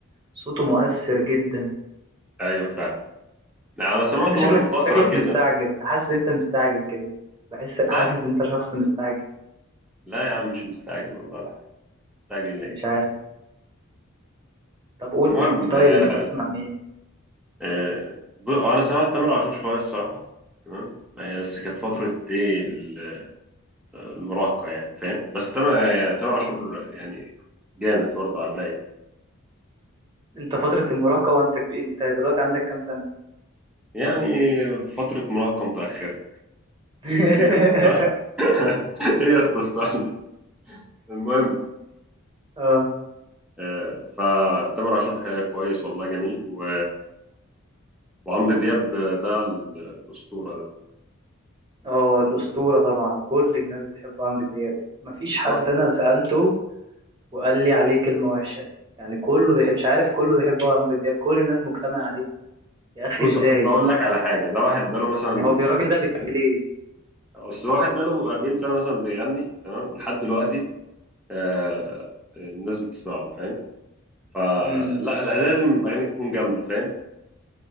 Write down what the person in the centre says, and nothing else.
ايوه فعلا لا، انا سمعته
برضو فتره
كده
لا
لا يا عم مش مستعجل والله ولا حاجه مستعجل ليه
المهم
آه
آه ب- انا سمعت تامر عاشور شويه الصراحه تمام آه، بس كانت فتره ايه ال- المراهقه يعني فاهم بس تامر آه، تامر عاشور يعني جامد برضه على الرايق
يعني فتره مراهقه متاخره
<laughs> <laughs> ايه يا اسطى السؤال ده المهم
آه، فتامر عاشور حقيقة كويس والله جميل و... وعمرو دياب آه، ده ال- الأسطورة ده
بالظبط
بص
أصل أقول لك على حاجة ده واحد بقاله مثلا
يعني
أصل واحد بقاله 40 سنة مثلا بيغني تمام ولحد دلوقتي آه، الناس بتسمعه فاهم فلا
لا لازم أغاني تكون جامدة فاهم